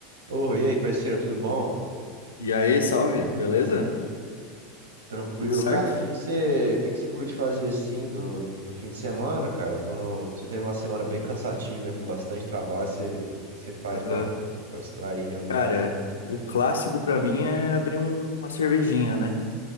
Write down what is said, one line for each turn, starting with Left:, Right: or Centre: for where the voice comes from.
Right: Ô, e aí, parceiro, tudo bom?
Left: E aí, salve, beleza?
Right: Tranquilo?
Left: Tudo certo?
Right: Cara, o que que você, que que você curte fazer assim do, do fim de semana, cara? Quando você teve uma semana bem cansativa, com bastante trabalho, você, o que que você faz
Left: Aham.
Right: pra, pra distrair, geralmente?
Left: Cara, o clássico pra mim é abrir um- uma cervejinha, né?